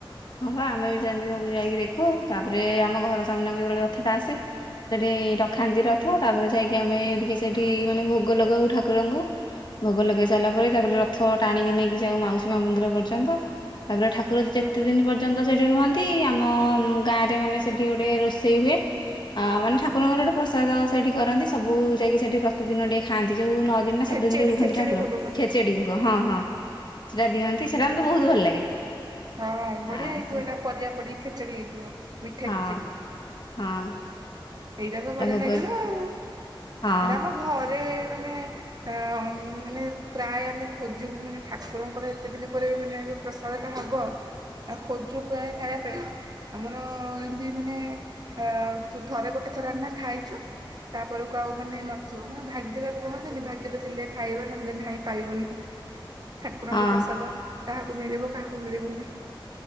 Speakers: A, on the left; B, on the right.
A: ହଁ ବା ଆମେ ବି ସେମିତି ସବୁ ଯାଇକି ଦେଖୁ ତାପରେ ଆମ ଘର ସାମ୍ନାକୁ ଯେତେବେଳେ ଯଥାଟା ଆସେ ସେଠି ରଖାନ୍ତି ରଥ ତାପରେ ଯାଇକି ଆମେ ଟିକେ ସେଠି ମାନେ ଭୋଗ ଲଗାଉ ଠାକୁରଙ୍କୁ ଭୋଗ ଲଗେଇ ସାରିଲା ପରେ ତାପରେ ରଥ ଟାଣିକି ନେଇକି ଯଉ ମାଉସୀ ମା ମନ୍ଦିର ପର୍ଯ୍ୟନ୍ତ ତାପରେ ଠାକୁର କେତେ ଦିନ ପର୍ଯ୍ୟନ୍ତ ସେଠି ରୁହନ୍ତି ଆମ ଗାଁରେ ମାନେ ସେଠି ଗୋଟେ ରୋଷେଇ ହୁଏ ଅ ମାନେ ଠାକୁରଙ୍କର ଗୋଟେ ପ୍ରସାଦ ସେଠି କରନ୍ତି ସବୁ ଯାଇକି ସେଠି ପ୍ରତିଦିନ ଟିକେ ଖାଆନ୍ତି ଯୋଉ ଦିନ
B: ଖେଚେଡି
A: ସାତ ଦିନ ଯରେଉ ରୁହନ୍ତି
B: ଖେଚେଡି
A: ଠାକୁର
B: ଭୋଗ ବୋଧେ
A: ଖେଚେଟି ଭ ହଁ ହଁ ସେଟା ଦିଅନ୍ତି ସେଇଟା ମମତେ ବହୁତ ଭଲ ଲାଗେ
B: ହଁ ବଢିଆ
A: ଆ
B: ହେଇଥିବ
A: ସେ
B: ଏଇଟା ପରିବା ପଡ ଖେଚେୀ ହେଇଥିବ ମିଠା
A: ହଁ
B: ଖେଚେରିୀ
A: ହଁ
B: ଏଇଟା
A: ସେଟା
B: ତ ବଢିଆ
A: ଭୋଗ
B: ଲାଗିଲ ଆଉ
A: ହଁ
B: ଏଇଟା ଆମ ଘରେ ମାନେ ଅ ମାନେ ପ୍ରାୟ ଆମେ ଖୋଜିବୁ ମାନେ ଠାକୁରଙ୍କର ଏତେ ଦିନ ପରେ ମାନେ ଯେଉଁ ପ୍ରସାଦଟା ହେବ ଆ ଖୋଜୁ ପ୍ର ଖାଇବା ପାଇଁ ଆମର ଏମତି ମାନେ ଆ ଥରେ ଗୋଟେ ଥର ଏନା ଖାଇଚୁ ତାପରକୁ ଆଉ ମାନେ ନଥିବ ମାନେ ଭାଗ୍ୟରେ କୁହନ୍ତିନି ଭାଗ୍ୟରେ ଥିଲେ ଖାଇବେ ନହେଲେ ନାହିଁ ପାଇବନି। ଠାକୁରଙ୍କ
A: ହଁ
B: ପ୍ରସାଦ କାହାକୁ ମିଳିବ କାହାକୁ ମିଳିବନି।